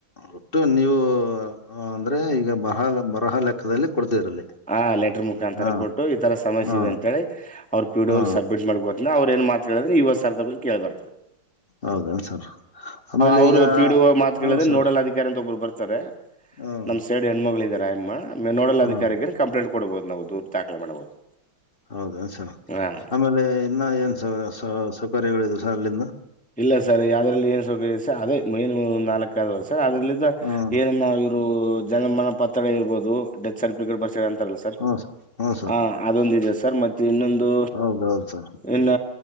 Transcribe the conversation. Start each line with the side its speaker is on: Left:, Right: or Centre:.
Left: ಒಟ್ಟು ನೀವು ಅ ಅಂದ್ರೆ ಈಗ ಬಹದ ಬರಹ ಲೆಕ್ಕದಲ್ಲಿ ಕೊಡ್ತಿದ್ರಲ್ಲಿ
Centre: ಹಾ ಲೆಟರ್ ಮುಖಾಂತರ
Left: ಹಾ
Centre: ಕೊಟ್ಟು ಈ ತರ ಸಮಸ್ಯೆ
Left: ಹಾ
Centre: ಇದೆ ಅಂತೇಳಿ ಅವ್ರ ಪಿಡಿಓ
Left: ಹಾ
Centre: ಅವ್ರಿಗೆ ಸಬ್ಮೀಟ್ ಮಾಡಬದು <unintelligible> ಅವ್ರ ಏನ್ ಮಾತ ಹೇಳಿದ್ರ ಈವ <unintelligible> ಕೇಳ ಬರ್ತವೆ
Left: ಹೌದೇನ್ ಸರ್ ಆಮೇಲೆ
Centre: ಅವರು
Left: ಈಗ
Centre: ಪೀುವ ಮಾತುಿದ್ರೆ
Left: ಹ ಸರ್
Centre: ನೋಡಲ್ ಅಧಿಕಾರಿಂತ ಒರು ಬರ್ತಾರೆ ತಾರೆ
Left: ಹ್ಮ್
Centre: ನಮ್ ಸೇಡ್ ಹೆಣ್ಮಗಳು ಇದಾರೆ ಅಮ್ಮ ನೋಡಲ್ಲ
Left: ಹ್ಮ್
Centre: ಅದಕ್ಕೆ ಕಂಪ್ಲೇಟ್ ಕೊಡಬಹುದು ನಾವು ದೂರ್ ದಾಖಲ ಮಾಡಬಹುದು
Left: ಹೌದ ಸ
Centre: ಹಾ
Left: ಆಮೇಲೆ ಇನ್ನ ಏನ್ಸ ಸೌಕರ್ಯಗಳು ಅಲ್ಲಿಂದ
Centre: ಇಲ್ಲ ಸರ್ ಯಾವದ್ರಲ್ಲಿ ಏನ್ ಸೌಕರ್ಯ ಸರ್ ಅದೇ <unintelligible> ಮೈನ್ ನಾಲ್ಕ ಆದ ವರ್ಷ ಅದ್ರಲಿಂದ
Left: ಹ್ಮ್
Centre: ಏನನ್ನ ಇವರು ಜನಮನ ಪತ್ರ ಇರ್ಬಹದು ಡೆತ್ ಸರ್ಟಿಫಿಕೇಟ್ ಬರ್ ಅಂತಾರಲ್ಲ ಸರ್
Left: ಹ್ಮ್ ಹ್ಮ್ ಸರ್
Centre: ಹ ಅದೊಂದು ಇದೆ ಸರ್ ಮತ್ತೆ ಇನ್ನೊಂದು
Left: ಹೌದೌದು ಸರ್
Centre: ಇನ್ನ